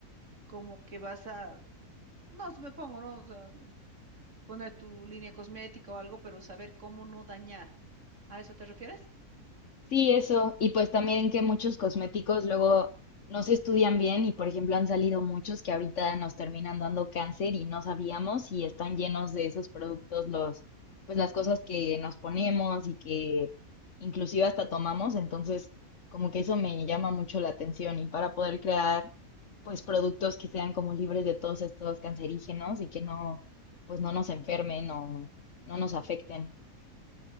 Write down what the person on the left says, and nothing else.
Sí, eso. Y pues también que muchos cosméticos luego no se estudian bien y, por ejemplo, han salido muchos que ahorita nos terminan dando cáncer y no sabíamos y están llenos de esos productos los, pues las cosas que nos ponemos y que inclusive hasta tomamos. Entonces, como que eso me llama mucho la atención y para poder crear pues productos que sean como libres de todos estos cancerígenos y que no, pues no nos enfermen o no nos afecten.